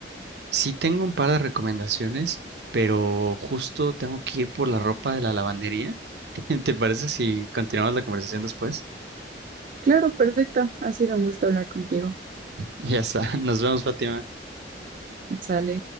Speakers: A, on the right (about 65°); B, on the right (about 45°).
A: Sí tengo un par de recomendaciones, pero justo tengo que ir por la ropa de la lavandería. <laughs> ¿Te parece si continuamos la conversación después? <laughs>
B: Claro, perfecta. Ha sido un gusto hablar contigo.
A: Ya está, nos vemos, Fátima.
B: Sale.